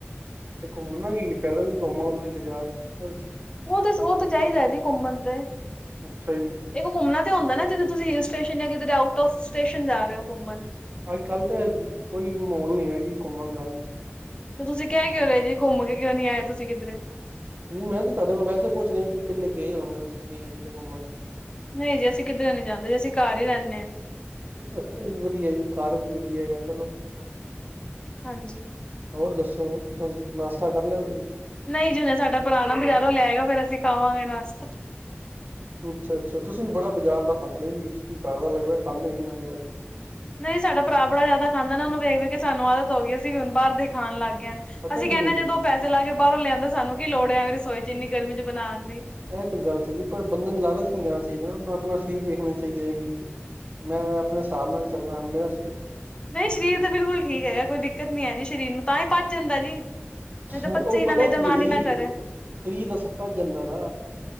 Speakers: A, on the right; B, on the left.
A: ਤੇ ਘੁੰਮਣਾ ਕੀ, ਪੈਦਲ ਹੀ ਘੁੰਮ ਆਓ ਤੁਸੀਂ ਬਾਜ਼ਾਰ, ਅਛ
B: ਉਹ ਤੇ ਉਹ ਤਾਂ ਚਾਹੀਦਾ ਜੀ ਘੁੰਮਨ ਤੇ
A: ਅੱਛਾ ਜੀ।
B: ਇਕ ਘੁੰਮਣਾ ਤੇ ਹੁੰਦਾ ਨਾ, ਜਿੱਥੇ ਤੁਸੀ ਹਿਲ ਸਟੇਸ਼ਨ ਜਾਂ ਕਿ ਆਊਟ ਆਫ ਸਟੇਸ਼ਨ ਜਾ ਰਹੇ ਹੋ ਘੁੰਮਣ
A: ਅੱਜ- ਕੱਲ ਤੇ ਕੋਈ ਮਾਹੌਲ ਨੀ ਹੈਗਾ ਜੀ ਘੁੰਮਣ ਦਾ
B: ਤੇ ਤੁਸੀਂ ਕਹਿ ਕਿਉਂ ਰੇ ਜੀ, ਘੁੰਮ ਕੇ ਕਿਉਂ ਨੀ ਆਏ ਤੁਸੀਂ ਕਿੱਧਰੇ
A: ਨਹੀਂ ਮੈਂ ਤੇ ਤੁਹਾਡੇ ਕੋਲ ਵੈਸੇ ਪੁੱਛ ਰਿਹਾ ਕਿ ਪਹਿਲੇ ਗਏ ਹੋਣੇ ਹੋ ਤੁਸੀਂ ਗਏ ਕਿੱਥੇ ਘੁੰਮਣ।
B: ਨਹੀਂ ਜੀ ਅਸੀਂ ਕਿੱਧਰੇ ਨੀ ਜਾਂਦੇ, ਅਸੀਂ ਘਰ ਹੀ ਰਹਿੰਦੇ।
A: ਅੱਛਾ ਜੀ ਵਧੀਆ ਜੀ, ਘਰ ਵੀ ਵਧੀਆ ਹੈਗਾ ਚਲੋ।
B: ਹਾਂਜੀ।
A: ਹੋਰ ਦੱਸੋ ਨਾਸ਼ਤਾ ਕਰ ਲਿਆ ਤੁਸੀਂ
B: ਨਹੀਂ ਜੀ ਜਿੰਨੇ ਸਾਡਾ ਪੁਰਾਣਾ, ਬਜ਼ਾਰੋਂ ਲੈ ਆਓ ਫਿਰ ਅਸੀਂ ਤਾਵਾਂਗੇ ਨਾਸ਼ਤਾ
A: ਅੱਛਾ- ਅੱਛਾ ਤੁਸੀਂ ਬੜਾ ਬਾਜ਼ਾਰ ਦਾ ਖਾਂਦੇ ਓ ਜੀ, ਤੁਸੀਂ ਘਰ ਦਾ ਲੱਗਦਾ ਖਾਂਦੇ ਨੀ ਅੱਜ-ਕਲ
B: ਨਹੀਂ ਸਾਡਾ ਭਰਾ ਬੜਾ ਜ਼ਿਆਦਾ ਖਾਂਦਾ ਨਾ, ਉਹਨੂੰ ਵੇਖ- ਵੇਖ ਕੇ ਸਾਨੂੰ ਆਦਤ ਹੋ ਗਈ ਏ, ਅਸੀ ਵੀ ਹੁਣ ਬਾਹਰ ਦਾ ਹੀ ਖਾਣ ਲੱਗ ਗਏ
A: ਪਤਾ
B: ਅਸੀਂ
A: ਕੀ
B: ਕਹਿੰਦੇ ਜਦੋਂ ਪੈਸੇ ਲਾ ਕੇ ਬਾਹਰੋਂ ਲਿਆਂਦਾ ਸਾਨੂੰ ਕੀ ਲੋੜ ਐ, ਐਂਵੇ ਰਸੋਈ 'ਚ ਇੰਨੀ ਗਰਮੀ 'ਚ ਬਣਾਉਣ ਦੀ।
A: ਐਹ ਤੇ ਗੱਲ ਸੀਗੀ, ਪਰ ਬੰਦੇ ਨੂੰ ਲਾਲਚ ਨੀ ਕਰਨਾ ਚਾਹੀਦਾ, ਨੂੰ ਆਪਣਾ ਫਿਰ ਵੇਖਣਾ ਚਾਹੀਦਾ ਕਿ, ਮੈਂ ਆਪਣੇ ਹਿਸਾਬ ਨਾਲ ਚੱਲਣਾ, ਮੇਰਾ ਸਰੀਰ
B: ਨਈਂ ਸ਼ਰੀਰ ਤੇ ਬਿਲਕੁਲ ਠੀਕ ਹੈਗਾ, ਕੋਈ ਦਿੱਕਤ ਨੀ ਹੈ ਜੀ ਸਰੀਰ ਨੂੰ ਤਾਂ ਹੀ ਪੱਚ ਜਾਂਦਾ ਜੀ। ਨਈਂ ਤੇ
A: ਉਹ
B: ਪੱਚੇ ਈ
A: ਪਤਾ
B: ਨਾ ਨਈਂ ਤੇ
A: ਕੀ
B: ਮਨ
A: ਹੈ ਜੀ
B: ਈ ਨਾ ਕਰੇ।
A: ਫਰੀ ਦਾ ਸਭ ਭੱਜ ਜਾਂਦਾ ਨਾ